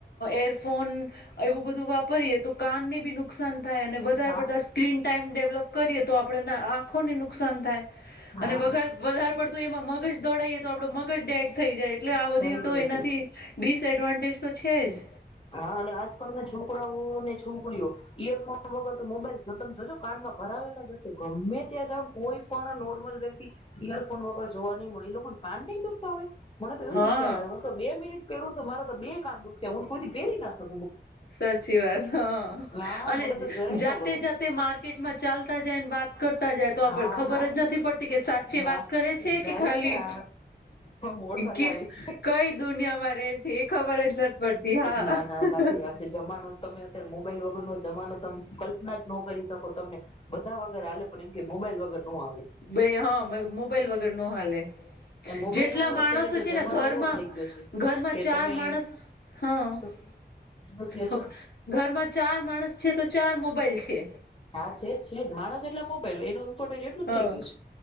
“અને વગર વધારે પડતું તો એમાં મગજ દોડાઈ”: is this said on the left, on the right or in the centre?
Left